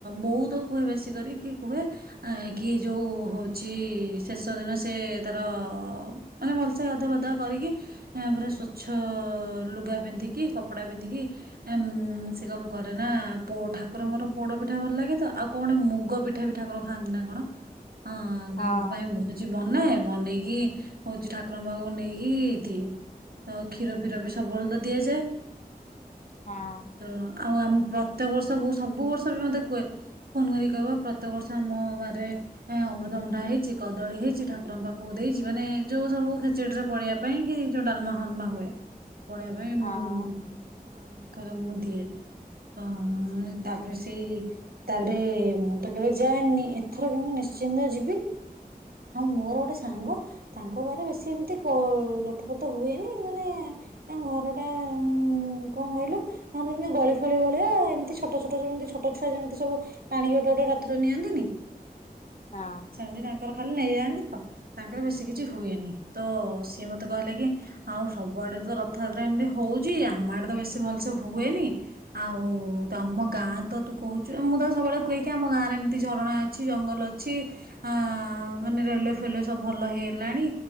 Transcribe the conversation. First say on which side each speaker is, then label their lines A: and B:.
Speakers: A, on the right; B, on the left.
A: ବହୁତ କୁହେ ବେଶୀ କର କି କୁହେ କି ଯୋଉ ହଉଛି ଶେଷ ଦିନ ସେ ତାର ମାନେ ଭଲସେ ଗାଧୁଆ ପାଧୁଆ କରିକି ଏ ପୁରା ସ୍ବଚ୍ଛ ଲୁଗା ପି ପିନ୍ଧିକି କପଡା ପିନ୍ଧିକି ଉ ସେ କଣ କରେ ନା ଠାକୁରଙ୍କର ପୋଡ ପିଠା ଭଲ ଲାଗେ ତ ଆଉ କଣ ଗଟେ ମୁଗ ପିଠା ବି ଠାକୁର ଖାଆନ୍ତି ନା କଣ। ହଁ
B: ହଁ
A: ତାଙ୍କ ପାଇଁ ଭୋଜି ବନାଏ ବନେଇକି ହଉଛି ଠାକୁରଙ୍କ ପାଖକୁ ନେଇକି ଦିଏ ତ କ୍ଷୀର ଫିର ବି ସବୁବେଳେ ତ ଦିଆଯାଏ।
B: ହଁ
A: ତ ଆଉ ଆମେ ପ୍ର ପ୍ରତ୍ୟେକ ବର୍ଷ ବ ସବୁ ବର୍ଷ ବି ମତେ କୁେ ଫୋନ କରିକି କହିବ ପ୍ରତ୍ୟେକ ବର୍ଷ ଆମ ବାହାରେ ଅମୃତ ମୁଢା ହେଇଛି କଦଳୀ ହେଇଛି ଠାକୁରଙ୍କ ପାଖକୁ ଦେଇଛି ମାନେ ଯୋଉ ସବୁ ଖେଚୁଡିରେ ପଢ଼ିବା ପାଇଁ କି ଯୋଉ ଡାଲମା ଫାଲମା ହୁଏ ପଢ଼ି <unintelligible>
B: ହଁ
A: ରେ ମୁଁ ଦିଏ ତ ତାପରେ ସେଇ ତାପରେ ମୁଁ ତ କେବେ ଯାଏନି ଏଥର କିନ୍ତୁ ନିଶ୍ଚିନ୍ତ ଯିବି ଆଉ ମୋର ଗୋଟେ ସାଙ୍ଗ ତାଙ୍କ ଘରେ ବେଶୀ ଏମିତି ରଥ ପଥ ହୁଏନି ମାନେ ତାଙ୍କ ଘରେ ଗୋଟେ ଉ କଣ କହିଲୁ ତାହ ଯେମିତି ଗଳି ଫଳି ଭଳିଆ ଏମିତି ଛୋଟ ଛୋଟ ଯେମିତି ଛୋଟ ଛୁଆ ଯେମିତି ସବୁ ଟାଣିକି ଗୋଟେ ଗୋଟେ ରଥରେ ନିଅନ୍ତିନି।
B: ହଁ
A: ସେମିତି ତାଙ୍କର ଖା ନେଇଯାଆନ୍ତି ତ ତାଙ୍କର ବେଶୀ କିଛି ହୁଏନି ତ ସିଏ ମତେ କହିଲେ କି ଆଉ ସବୁଆଡେ ତ ରଥଯା ଏମିତି ହଉଛି ଆମ ଆଡେ ତ ବେଶୀ ଭଲସେ ହୁଏନି ଆଉ ତମ ଗାଁ ତ ତୁ କହୁଛୁ ମୁଁ ତାକୁ ସବୁବେଳେ କୁହେକି ଆମ ଗାଁ ରେ ଏମିତି ଝରଣା ଅଛି ଜଙ୍ଗଲ ଅଛି ଆ ମାନେ ରେଲୱେ ଫେଲୱେ ସବୁ ଭଲ ହେଇଲାଣି